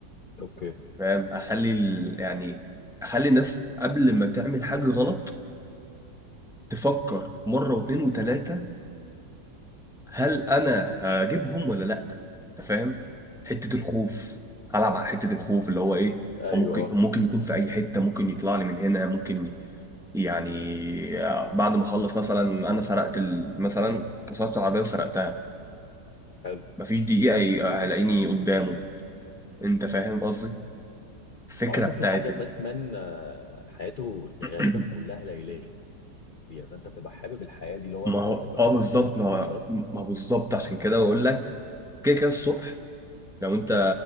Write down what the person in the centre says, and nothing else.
فاهم أخلي ال... يعني أخلي الناس قبل ما تعمل حاجة غلط تفكر مرة واتنين وتلاتة هل انا هجيبهم ولا لا انت فاهم حته الخوف العب على حته الخوف اللي هو ايه
هو ممكن
ممكن يكون في اي حته ممكن يطلع لي من هنا ممكن يعني بعد ما اخلص مثلا انا سرقت ال... مثلا كسرت العربيه وسرقتها
مفيش دقيقه ي- هلاقيني قدامه انت فاهم قصدي الفكره
بتاعت
ال-
<clears throat>
ما
هو
اه بالظبط
ما هو
ما هو بالظبط عشان كده بقول لك كده كده الصبح لو انت